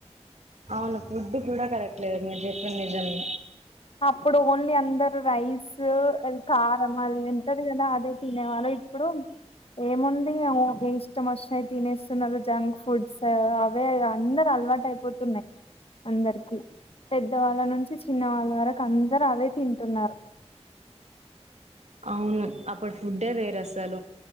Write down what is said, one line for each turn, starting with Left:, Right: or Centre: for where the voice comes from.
Right: అవును ఫుడ్ కూడా కరెక్ట్ లేదు మీరు చెప్పింది నిజమే
Left: అప్పుడు ఓన్లీ అందరూ రైస్ ఇంకా ళ్ళ ఎంతది కదా అదే తినే వాళ్ళు ఇప్పుడు ఏముంది ఓకే ఇష్టం వష్టమయి తినేస్తున్నారు జంక్ ఫుడ్స్ అవే అందరు అలవాటు అయిపోతున్నాయి అందరికి పెద్ద వాళ్ళ నుంచి చిన్న వాళ్ళ వరకు అందరు అవే తింటున్నారు
Right: అవును అప్పుడు ఫుడ్ ఏ వేరు అసలు